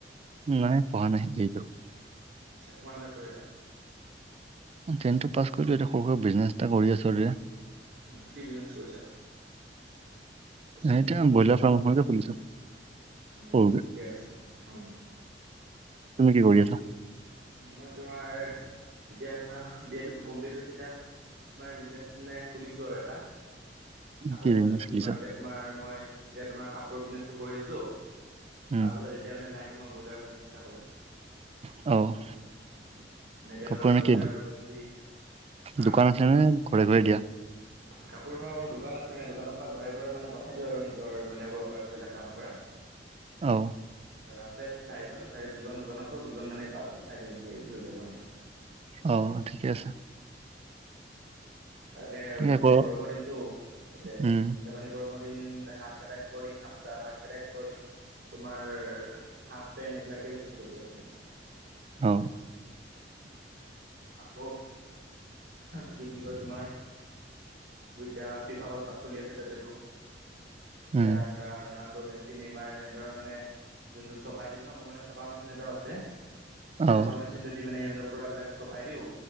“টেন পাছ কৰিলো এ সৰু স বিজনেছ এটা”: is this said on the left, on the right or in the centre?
Right